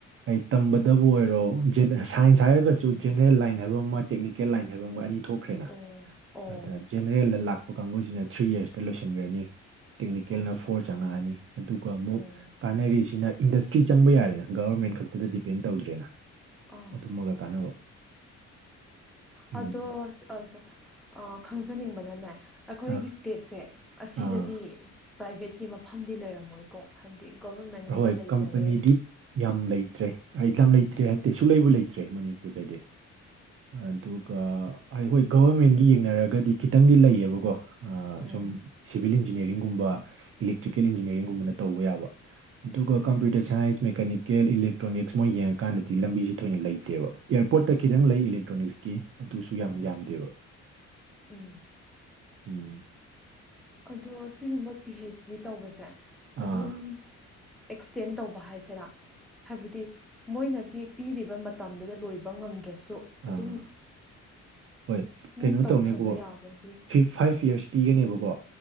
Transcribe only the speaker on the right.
ꯍꯥꯏ ꯇꯝꯕꯗꯕꯨ ꯑꯣꯏꯔꯣ ꯁꯥꯏꯟꯁ ꯍꯥꯏꯔꯒꯁꯨ ꯖꯦꯅꯔꯦꯜ ꯂꯥꯏꯟ ꯍꯥꯏꯕ ꯑꯃ ꯇꯦꯛꯅꯤꯀꯦꯜ ꯂꯥꯏꯟ ꯍꯥꯏꯕ ꯑꯃ ꯑꯅꯤ ꯊꯣꯛꯈ꯭ꯔꯦꯅ
ꯑꯗ ꯖꯦꯅꯔꯦꯜꯗ ꯂꯥꯛꯄ ꯀꯥꯡꯒꯁꯤꯅ ꯊ꯭ꯔꯤ ꯌꯔꯁꯇ ꯂꯣꯏꯁꯤꯟꯈ꯭ꯔꯅꯤ ꯇꯦꯛꯅꯤꯀꯦꯜꯅ
ꯐꯣꯔ ꯆꯪꯉꯛꯑꯅꯤ ꯑꯗꯨꯒ ꯑꯃꯨꯛ
ꯁꯤꯅ ꯏꯟꯗꯁꯇ꯭ꯔꯤ ꯆꯪꯕ ꯌꯥꯔꯦꯅ ꯒꯕꯔꯃꯦꯟ ꯈꯛꯇꯗ ꯗꯤꯄꯦꯟ ꯇꯧꯗ꯭ꯔꯦꯅ
ꯑꯗꯨꯃꯒ ꯀꯥꯟꯅꯕ ꯎꯝ
ꯑꯥ
ꯑꯥ
ꯍꯣꯏ
ꯀꯝꯄꯅꯤꯗꯤ ꯌꯥꯝ ꯂꯩꯇ꯭ꯔꯦ ꯍꯥꯏꯗꯤ ꯌꯥꯝ ꯂꯩꯇ꯭ꯔꯦ ꯍꯥꯏꯠꯇꯦ ꯁꯨꯛꯂꯩꯕ ꯂꯩꯇ꯭ꯔꯦ ꯃꯅꯤꯄꯨꯔ ꯦ ꯑꯗꯨ ꯑꯩꯈꯣꯏ ꯒꯕꯔꯃꯦꯟꯒꯤ ꯌꯦꯡꯅꯔꯒꯗꯤ ꯈꯤꯇꯪꯗꯤ ꯂꯩꯌꯦꯕꯀꯣ ꯁꯨꯝ
ꯁꯤꯚꯤꯜ ꯏꯟꯖꯤꯅꯤꯌꯥꯔꯤꯡꯒꯨꯝꯕ ꯏꯂꯦꯛꯇ꯭ꯔꯤꯀꯦꯜ ꯏꯟꯖꯤꯅꯤꯌꯥꯔꯤꯡꯒꯨꯝꯕꯅ ꯇꯧꯕ ꯌꯥꯕ ꯑꯗꯨꯒ ꯀꯝꯄ꯭ꯌꯨꯇꯔ ꯁꯥꯏꯟꯁ ꯃꯦꯀꯥꯅꯤꯀꯦꯜ ꯏꯂꯦꯛꯇ꯭ꯔꯣꯅꯤꯛꯁ ꯃꯣꯏ ꯌꯦꯡꯉꯀꯥꯟꯗꯗꯤ ꯂꯝꯕꯤꯁꯤ ꯊꯣꯏꯅ ꯂꯩꯇꯦꯕ ꯏꯌꯥꯔꯄꯣꯔꯠꯇ ꯈꯤꯇꯪ ꯂꯩ ꯏꯂꯦꯛꯇ꯭ꯔꯣꯅꯤꯛꯁꯀꯤ ꯑꯗꯨꯁꯨ ꯌꯥꯝ
ꯌꯥꯝꯗꯦꯕ
ꯎꯝ
ꯑꯥ
ꯑꯥ
ꯍꯣꯏ
ꯀꯩꯅꯣ
ꯇꯧꯅꯤꯀꯣ
ꯐ ꯐꯥꯏꯚ ꯏꯌꯥꯔꯁ ꯄꯤꯒꯅꯦꯕꯀꯣ